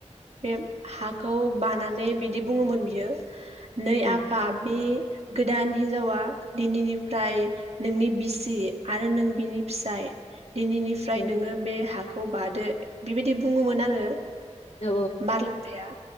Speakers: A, on the right; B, on the left.
A: बे हाखौ बानानै बिदि बुङोमोन बियो नै
B: औ
A: आफा बे गोदान हिनजावा दिनैनिफ्राय नोंनि बिसि आरो नों बिनि फिसाय दिनैनिफ्राय
B: औ
A: नोङो बे हा हाखौ बादो बिबायदि बुङोमोन आरो
B: औ
A: बारलांफाया